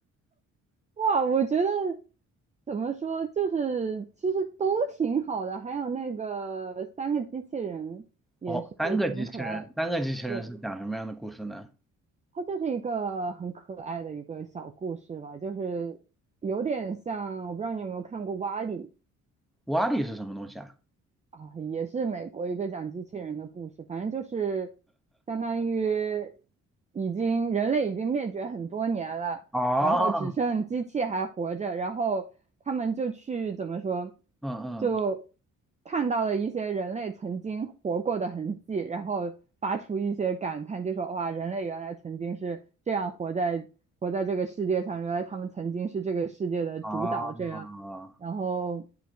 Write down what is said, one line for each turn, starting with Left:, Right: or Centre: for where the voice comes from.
Right: 哇，我觉得怎么说，就是其实都挺好的，还有那个三个机器人
Centre: 哦，三个机器人，
Right: 是挺可爱的，
Centre: 三个机器人是讲什么样的故事呢？
Right: 对，它就是一个很可爱的一个小故事吧，就是有点像，我不知道你有没有看过《瓦力》，
Centre: 瓦力是什么东西啊？
Right: 啊，也是美国一个讲机器人的故事，反正就是相当于已经人类已经灭绝很多年了，
Centre: 哦，
Right: 然后只剩机器还活着，然后他们就去怎么说，
Centre: 嗯嗯，
Right: 就看到了一些人类曾经活过的痕迹，然后发出一些感叹，就说哇，人类原来曾经是这样活在活在这个世界上，原来他们曾经是这个世界的主导，
Centre: 哦，
Right: 这样。然后，